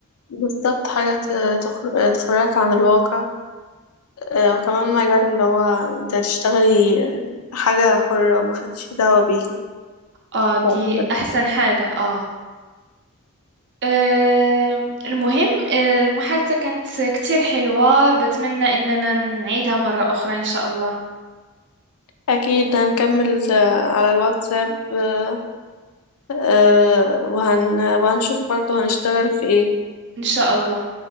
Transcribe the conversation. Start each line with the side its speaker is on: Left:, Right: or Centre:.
Left: بالظبط حاجة ت- تخر- تخرجك عن الواقع آه، وكمان مجال اللي هو انت هتشتغلي حاجة حرة محدش ليه دعوة بيكي
Right: اه دي
Left: فال-
Right: احسن حاجة اه آه، المهم آه، المحادثة كانت كتير حلوة بتمنى اننا نعيدها مرة اخرى ان شاء الله
Left: أكيد هنكمل آه، على الواتساب آه، آه، وهن وهنشوف برضو هنشتغل في ايه
Right: ان شاء الله